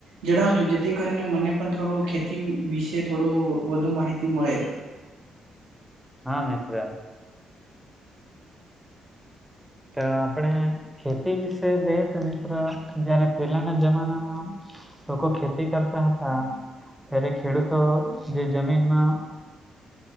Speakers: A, on the right; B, in the centre.
A: જડાવજો જેથી કરીને મને પણ થોડો, ખેતી વિશે થોડુ વધુ માહિતી મળે.
B: હા મિત્ર. ત આપણે ખેતી વિશે જઈએ તો મિત્ર, જયારે પેલાના જમાનામાં લોકો ખેતી કરતા હતા. ત્યારે ખેડૂતો જે જમીનમાં